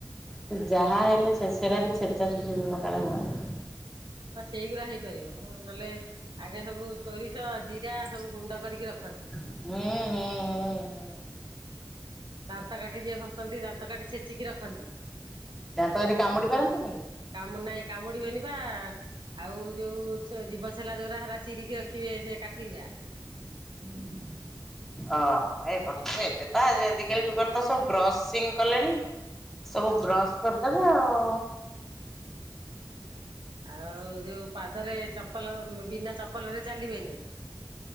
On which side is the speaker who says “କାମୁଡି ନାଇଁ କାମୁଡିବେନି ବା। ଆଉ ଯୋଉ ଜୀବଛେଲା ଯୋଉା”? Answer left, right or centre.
Right